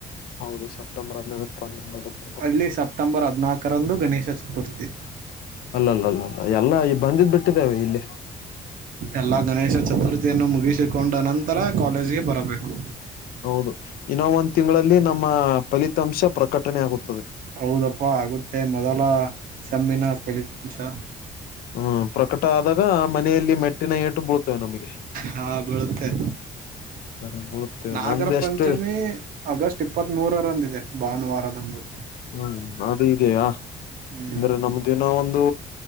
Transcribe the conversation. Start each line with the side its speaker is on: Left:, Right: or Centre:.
Left: ಹೌದು ಸೆಪ್ಟೆಂಬರ್ ಹದನೈದಕ ಪ್ರಾರಂಭವಾಗುದ.
Right: ಅಲ್ಲಿ ಸೆಪ್ಟೆಂಬರ್ ಹದನಾಲ್ಕರಂದು ಗಣೇಶ ಚತುರ್ಥಿ.
Left: ಅಲ್ಲ ಅಲ್ಲ ಅಲ್ಲ ಅಲ್ಲ ಎಲ್ಲಾ ಈ ಬಂದಿದ್ ಬಿಟ್ಟಿದ್ದೇ ಇಲ್ಲಿ.
Right: ಎಲ್ಲಾ ಗಣೇಶ ಚತುರ್ಥಿಯನ್ನು ಮುಗಿಸಿಕೊಂಡ ಅನಂತರ ಕಾಲೇಜಿಗೆ ಬರಬೇಕು.
Left: ಹೌದು ಇನ್ನೋ ಒಂದ ತಿಂಗಳಲ್ಲಿ ನಮ್ಮ ಫಲಿತಾಂಶ ಪ್ರಕಟಣೆ ಆಗುತ್.
Right: ಹೌದಪ್ಪಾ ಆಗುತ್ತೆ ಮೊದಲ ಸಮ್ಮಿನ ಫಲಿತಾಂಶ.
Left: ಹು ಪ್ರಕಟ ಆದಾಗ ಮನೆಯಲ್ಲಿ ಮೆಟ್ಟಿನ ಏಟ್ಟು ಬೀಳ್ತವೆ ನಮಗೆ.
Right: ಹಾ ಬಳುಕ್ಕೆ.
Left: <unintelligible>
Right: ನಾಗರ
Left: ನಂದೆಷ್ಟು
Right: ಪಂಚಮಿ ಆಗಸ್ಟ್ ಇಪ್ಪತ್ತ್ ಮೂರರಂದ್ ಇದೆ ಭಾನುವಾರದಂದು.
Left: ಹ್ಮ್ ಅದು ಇದೆಯಾ,
Right: ಹ್ಮ್
Left: ಅಂದ್ರೆ ನಮ್ ದಿನ ಒಂದು